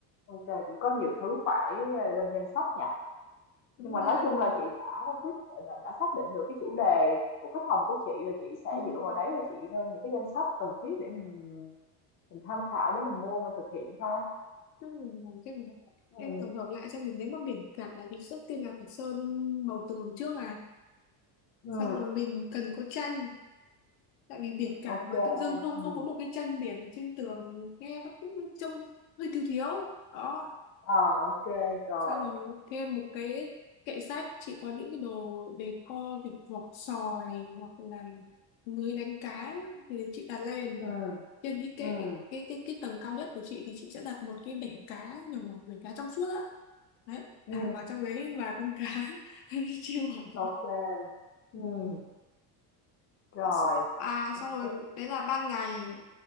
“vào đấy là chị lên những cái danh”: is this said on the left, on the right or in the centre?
Left